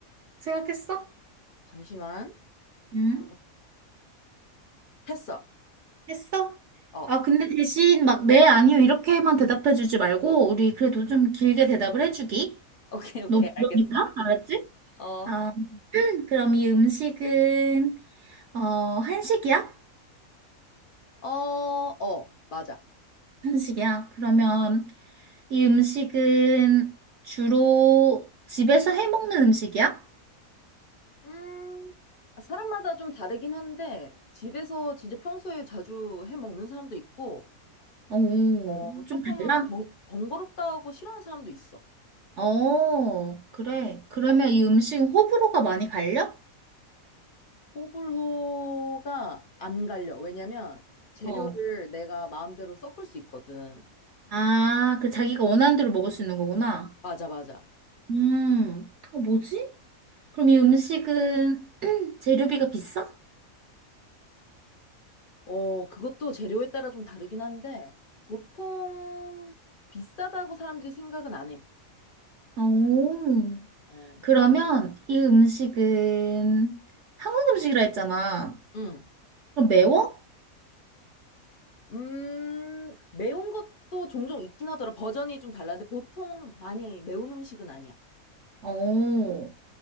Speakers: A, on the right; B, on the left.
A: 생각했어?
B: 잠시만.
A: 응?
B: 음, 했어.
A: 했어?
B: 어,
A: 아, 근데 대신 막, 네, 아니요, 이렇게만 대답해주지 말고, 우리 그래도 좀 길게 대답을 해주기.
B: <laughs> 오케이, 오케이,
A: 너무
B: 알겠어.
A: 어려우니까, 알았지?
B: 어,
A: 아, 그럼 이 음식은, 어, 한식이야?
B: 어, 어, 맞아.
A: 한식이야. 그러면, 이 음식은 주로 집에서 해 먹는 음식이야?
B: 음, 사람마다 좀 다르긴 한데, 집에서 진짜 평소에 자주 해 먹는 사람도 있고,
A: 오,
B: 어, 조금
A: 좀 달라?
B: 번, 번거롭다고 싫어하는 사람도 있어.
A: 어, 그래.
B: 어,
A: 그러면 이 음식은 호불호가 많이 갈려?
B: 호불호가 안 갈려. 왜냐면, 재료를
A: 어.
B: 내가 마음대로 섞을 수 있거든.
A: 아, 그 자기가 원하는 대로 먹을 수 있는 거구나.
B: 맞아, 맞아.
A: 음, 어, 뭐지? 그럼 이 음식은 <clears throat> 재료비가 비싸?
B: 어, 그것도 재료에 따라 좀 다르긴 한데, 보통 비싸다고 사람들이 생각은 안 해.
A: 오,
B: 어,
A: 그러면 이 음식은 한국 음식이라 했잖아.
B: 응.
A: 그럼 매워?
B: 음, 매운 것도 종종 있긴 하더라. 버전이 좀 달라는데, 보통 많이 매운 음식은 아니야.
A: 오,